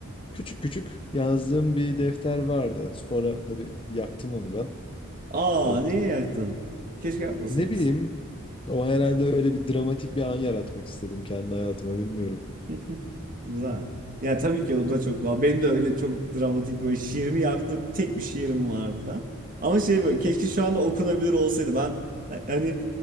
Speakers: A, on the left; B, on the right.
A: Küçük küçük yazdığım bir defter vardı. Sonra tabii yaktım onu ben.
B: Aa
A: O,
B: niye
A: t-
B: yaktın? Keşke yakmasaydınız.
A: ne bileyim o herhalde öyle bir dramatik bir an yaratmak istedim kendi hayatıma bilmiyorum.
B: <laughs> Güzel. Ya tabii ki o da çok daha. Benim de öyle çok dramatik böyle şiirimi yaktım. Tek bir şiirim vardı falan. Ama şey böyle keşke şu anda okunabilir olsaydı. Ben ha- hani